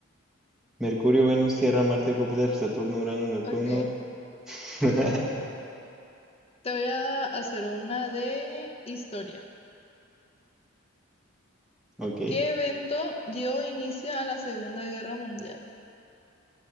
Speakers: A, in the centre; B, on the left.
A: Mercurio, Venus, Tierra, Marte, Júpiter, Saturno, Urano, Neptuno.
B: Ok, te
A: <laughs>
B: voy a hacer una de historia.
A: Ok.
B: ¿Qué evento dio inicio a la Segunda Guerra Mundial?